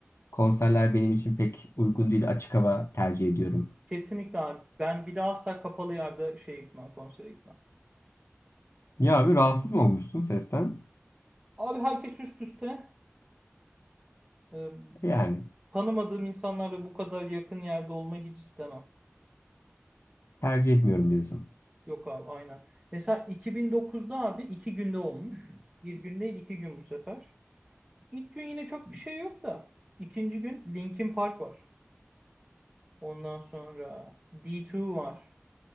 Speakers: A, on the left; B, on the right.
A: konserler benim için pek uygun değil. Açık hava tercih ediyorum.
B: Kesinlikle abi. Ben bir daha asla kapalı yerde şeye gitmem, konsere gitmem.
A: Ya abi rahatsız mı olmuşsun sesten?
B: Abi herkes üst üste. Ee,
A: Yani
B: tanımadığım insanlarla bu kadar yakın yerde olmayı hiç istemem.
A: tercih etmiyorum diyorsun.
B: Yok abi aynen. Mesela 2009'da abi iki günde olmuş. Bir gün değil iki gün bu sefer. İlk gün yine çok bir şey yok da. İkinci gün Linkin Park var. Ondan sonra D2 var.